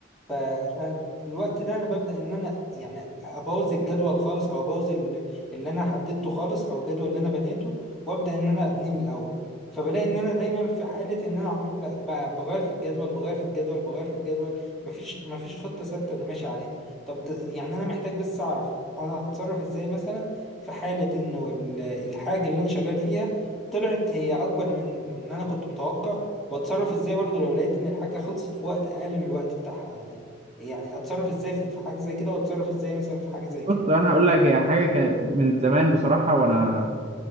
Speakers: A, in the centre; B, on the right (about 35°).
A: ففي الوقت ده انا ببدا ان انا يعني ابوظ الجدول خالص او ابوظ ال- اللي انا حددته خالص او الجدول اللي انا بنيته وابدا ان انا ابنيه من الاول فبلاقي ان انا دايما في حاله ان انا عمال ب- ب- بغير في الجدول بغير في الجدول بغير في الجدول مفيش مفيش خطه ثابته انا ماشي عليها طب ت- يعني انا محتاج بس اعرف انا اتصرف ازاي مثلا في حاله انه ال- الحاجه اللي انا شغال فيها طلعت هي اكبر من من ان انا كنت متوقع واتصرف ازاي برضو لو لقيت ان الحاجه خلصت في وقت اقل من الوقت بتاعها يعني يعني اتصرف ازاي في في حاجه زي كده واتصرف ازاي مثلا في حاجه زي كده
B: بص انا هقول لك هي حاجه كان من زمان بصراحه وانا